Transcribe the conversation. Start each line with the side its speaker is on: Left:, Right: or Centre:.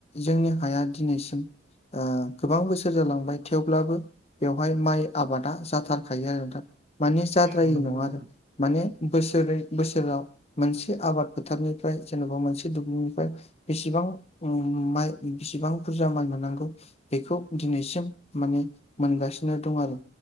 Left: जोंनि हाया दिनैसिम गोबां बोसोर जालांबाय थेवब्लाबो बेवहाय माइ आबादा जाथारखायो आरो नोंथां मानि जाद्राय
Right: औ औ नंगौ
Left: नङा
Right: नोंथां
Left: आरो। माने बोसोरै बोसोराव मोनसे आबाद फोथारनिफ्राय जेन'बा मोनसे दुब्लिनिफ्राय बेसेबां ओम माइ बेसेबां बुरजा माइ मोननांगौ बेखौ दिनैसिम माने मोनगासिनो दं आरो